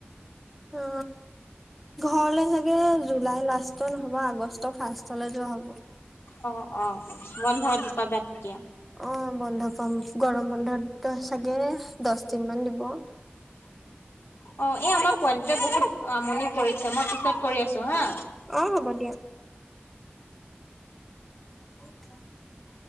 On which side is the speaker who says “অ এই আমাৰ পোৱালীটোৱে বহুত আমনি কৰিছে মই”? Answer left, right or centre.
Left